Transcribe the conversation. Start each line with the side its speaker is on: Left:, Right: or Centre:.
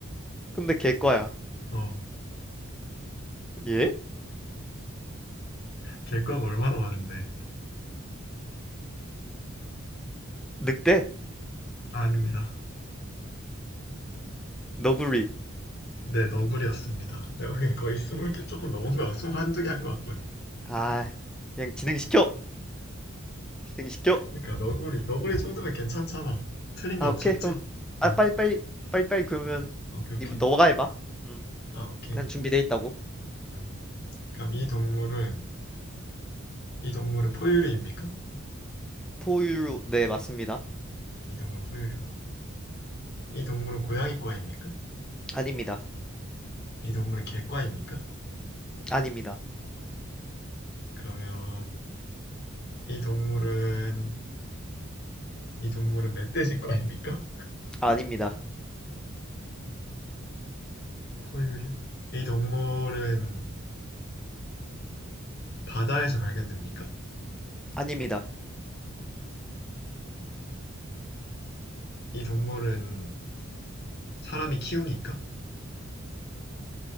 Centre: 근데 개과야.
Left: 어, 어.
Centre: 예?
Left: 개과가 얼마나 많은데
Centre: 늑대?
Left: 아, 아닙니다
Centre: 너구리.
Left: 네, 너구리였습니다. <laughs> 내가 보기엔 거의 스물 개 조금 넘은 거, 한두 개 한 거 같거든.
Centre: 아, 그냥 진행시켜. 진행시켜.
Left: 그러니까 너구리, 너구리 정도면 괜찮잖아. 틀린 거
Centre: 아,
Left: 없었지?
Centre: 오케이. 그럼 아,
Left: 아,
Centre: 빨리빨리 빨리빨리 그러면
Left: 오케이,
Centre: 이분
Left: 오케이.
Centre: 너가 해봐. 음,
Left: 아, 오케이.
Centre: 난 준비돼 있다고.
Left: 음. 그럼 이 동물은, 이 동물은 포유류입니까?
Centre: 포유류 네, 맞습니다.
Left: 이 동물 포유류고. 이 동물은 고양이과입니까?
Centre: 아닙니다.
Left: 이 동물은 개과입니까?
Centre: 아닙니다.
Left: 그러면 이 동물은 이 동물은 멧돼지과입니까?
Centre: 아, 아닙니다.
Left: 포유류? 이 동물은 바다에서 발견됩니까?
Centre: 아닙니다.
Left: 이 동물은 사람이 키웁니까?